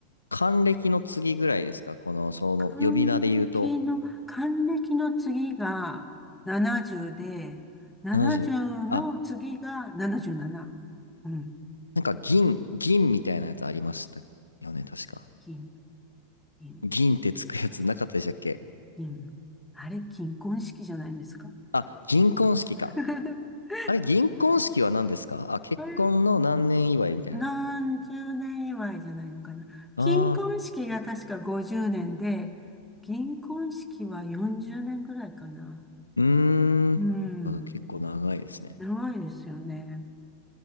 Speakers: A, on the left; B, in the centre.
A: 還暦の次ぐらいですかこの、その、
B: 還暦の、
A: 呼び名で言うと。
B: 還暦の次が70で、70の次が77。
A: 70。あ、
B: うん。
A: なんか銀、銀みたいなやつありましたよね、確か。
B: 金、金、
A: 銀ってつくやつなかったでしたっけ
B: 金。あれ、金婚式じゃないんですか
A: あ、銀婚式か。
B: <laughs>
A: あれ、銀婚式は何ですかあ、結婚の何年祝いみたいな。
B: あれ何十年祝いじゃないのかな。
A: ああ、
B: 金婚式が確か50年で、銀婚式は40年ぐらいかな。
A: うーん。
B: うん。
A: あ、結構長いですね。
B: 長いですよね。